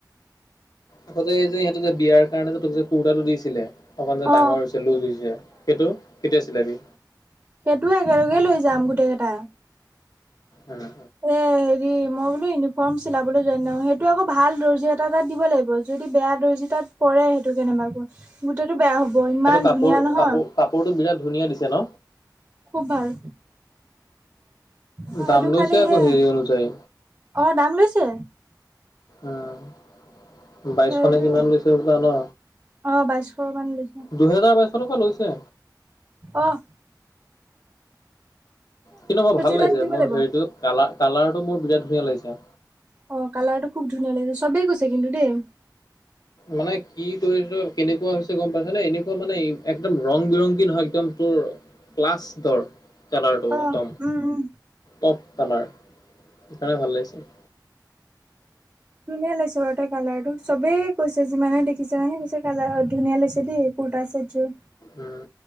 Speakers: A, on the left; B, on the right.
A: আকৌ এই যে, সিহঁতে যে বিয়াৰ কাৰণে যে তোক যে কুৰ্তাটো দিছিলে অকণ যে
B: অ
A: ডাঙৰ হৈছে, লুজ হৈছে, সেইটো, কেতিয়া চিলাবি?
B: সেইটোও একেলগেই লৈ যাম, গোটেই কেইটাই।
A: উম
B: এ হেৰি, মই বোলো ইউনিফৰ্ম চিলাবলৈ যোৱা দিনাখন, সেইটো আকৌ ভাল দৰ্জি এটা তাত দিব লাগিব, যদি বেয়া দৰ্জি তাত পৰে কেনেবাকৈ, গোটেইটো বেয়া হ'ব, ইমান
A: সেইটো কাপোৰ
B: ধুনীয়া নহয়।
A: কাপোৰ কাপোৰটো বিৰাট ধুনীয়া দিছে ন
B: খুব ভাল। সেইটো
A: দাম লৈছে
B: খালি
A: আকৌ,
B: সে
A: হেৰি অনুযায়ী,
B: অ দাম লৈছে
A: উম। বাইছশনে
B: হেৰি
A: কিমান লৈছে হ'বলা ন।
B: অ বাইশ মান লৈছে
A: দুহেজাৰ বাইচশ টকা লৈছে।
B: অহ।
A: কিন্তু মই ভাল
B: এটাত
A: লাগিছে,
B: দিব
A: মোৰ
B: লাগিব
A: হেৰিটো, কাল কালাৰটো মোৰ বিৰাট ধুনীয়া লাগিছে।
B: অ', কালাৰটো খুব ধুনীয়া লাগিছে, চবেই কৈছে কিন্তু দেই।
A: মানে কি কৰিছ? কেনেকুৱা হৈছে? গম পাইছনে? এনে তোমাৰ মানে একদম ৰং বিৰংগী নহয়, একদম তোৰ প্লাছ দৰ, কালাৰটো
B: অ
A: একদম।
B: উম উম
A: পপ কালাৰ, সেইকাৰণে ভাল লাগিছে।
B: ধুনীয়া লাগছে বাৰু তাই কালাৰটো, চবেই কৈছে, যিমানে দেখিছে মানে কৈছে, কালাৰ ধুনীয়া লাগিছে দেই। কুৰ্তা চেট যোৰ।
A: উম